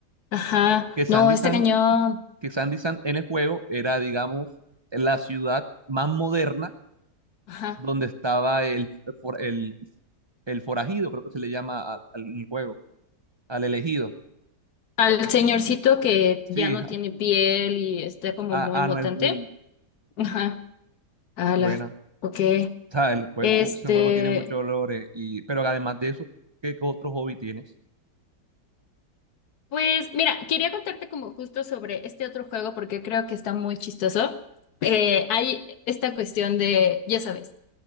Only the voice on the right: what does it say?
que Sandy
San,
que Sandy San en el juego era, digamos, la ciudad más moderna
donde estaba el, for- el, el forajido, creo que se le llama al, al juego, al elegido.
Sí,
a,
a Noel Gul,
Buena. O
sea, el juego,
ese juego tiene muchos olores. Y, pero además de eso, ¿qué, qué otro hobby tienes?